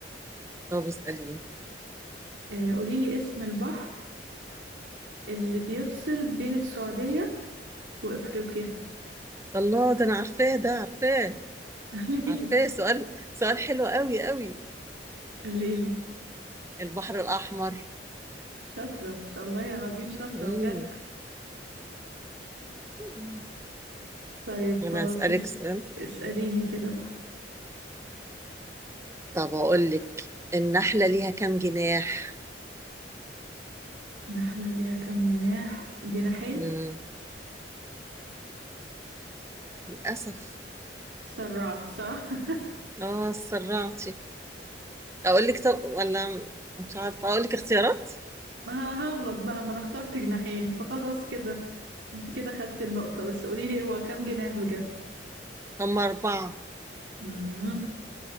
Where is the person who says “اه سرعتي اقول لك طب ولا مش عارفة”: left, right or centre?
Right